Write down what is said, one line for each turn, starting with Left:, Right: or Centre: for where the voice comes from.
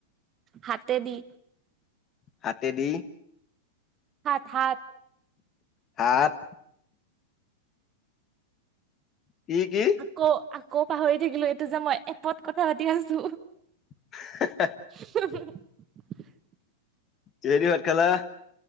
Right: হাতে দি।
Left: হাতেদি।
Right: হাত হাত।
Left: হাত। কি কি?
Right: আকৌ আকৌ পাহৰি থাকিলো এইটো যে মই এপত কথা পাতি আছো।
Left: <unintelligible>
Right: <inaudible>
Left: কিহেদি ভাত খালা?